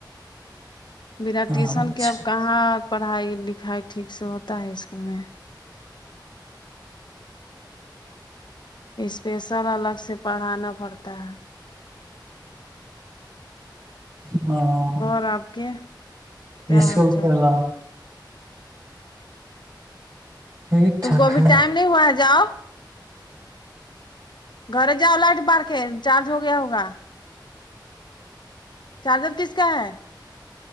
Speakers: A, on the left; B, on the right.
A: بنا
B: اچھا
A: ٹیوشن کے اب کہاں پڑھائی لکھائی ٹھیک سے ہوتا ہے اسکول میں اسپیشل الگ سے پڑھانا پڑتا ہے
B: ہاں
A: اور آپ کے
B: یہ سو
A: حال چال
B: کیا
A: ہے؟
B: ل ٹھیک
A: تم
B: ٹھاک
A: کو ابھی
B: ہے
A: ٹائم نہیں ہوا ہے جاؤ گھر جاؤ لائٹ بار کے چارج ہو گیا ہوگا چارجر کس کا ہے